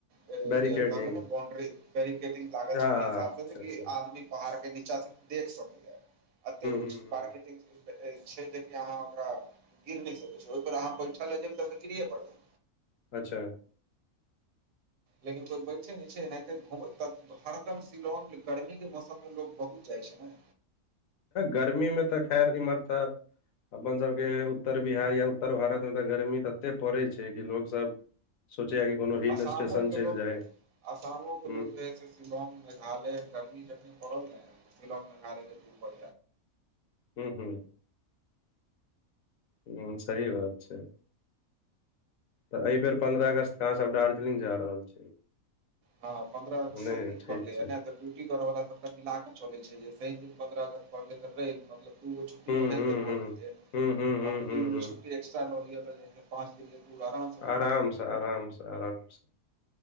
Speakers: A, on the right; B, on the left.
A: तऽ
B: बैरिकेडिंग
A: जे कहबै नै बाउंड्री बैरिकेडिंग लागल
B: हँ
A: छै ओय हिसाब
B: अच्छा
A: से जे
B: अच्छा
A: कि
B: हुं
A: आदमी पहाड़ के नीचा से देख सकय यै अते ऊच।
B: हुं हुं
A: बारकेडिग दऽ ए छै जे की अहाँ ओकरा गिर नै सकै छै ओय पर अहाँ बैठ तब नै जेबही तबते गिरयै पड़ते।
B: अच्छा
A: लेकिन कोय बैठे नै छै नै तै घूम त हरदम सिलोग गर्मी के मौसम मे लोग बहुत जाए छै नै।
B: गर्मी मे तै खैर इम्हर तै अपन सभके उत्तर बिहार या उत्तर भारत में तै गर्मी तत्ते पड़े छै कि लोग सभ सोचै यै कि कोनो।
A: असामो के
B: चलि
A: लोक
B: जाय
A: असामो के
B: हुं
A: लोक जे हय स शिलोग, मेघालय गर्मी जखनी पड़ल नै ते शिलोंग मेघालय के दूर
B: हू हू हु सही बात छै। तै ए बेर पन्द्रह अगस्त के अहाँ सभ दार्जलिंग जा रहल छी।
A: हा पन्द्रह अगस
B: नहि
A: सँ एक दिन
B: ठीक
A: पहले
B: छै
A: एने तै ड्यूटी करय वला सभ तै मिलाके चले छै जे शैन दिन पन्द्रह अगस्त परले तऽ रैब मे तै दुगो छुट्टी
B: हुं
A: तै ओन्हे।
B: हुं
A: एते भोट
B: हुं
A: देते आ
B: हुं हुं हुं हुं
A: तीनगो
B: हुं
A: छुट्टी एक्स्ट्रा लऽ लिया तै जे छै पाँच दिन के टुर आराम
B: आराम से, आराम से